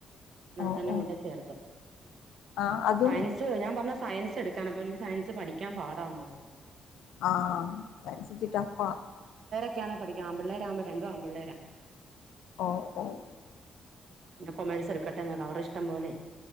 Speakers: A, on the right; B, on the left.
A: ഇന്നലെ
B: ഓ
A: തന്നെ
B: ഓ
A: കൊണ്ടോയ് ചേർത്ത്
B: ആ അതും
A: സയൻസ് ഞാൻ പറ ഞ്ഞു സയൻസെടുക്കാന് അപ്പവന് സയൻസ് പഠി ക്കാൻ പാടാന്ന് പറ
B: ആഹ് സയൻസ് ഇച്ചി ട്ടഫ്‌ ആണ്
A: <unintelligible> പഠിക്കാ ആമ്പ്ള്ളെരാവുമ്പോ രണ്ടും ആമ്പ്ള്ളേര
B: ഓഹ് ഓഹ്
A: പിന്നെ കൊമേഴ്സ് എടുക്കട്ടെന്ന് അവരുടെ ഇഷ്ടം പോലെ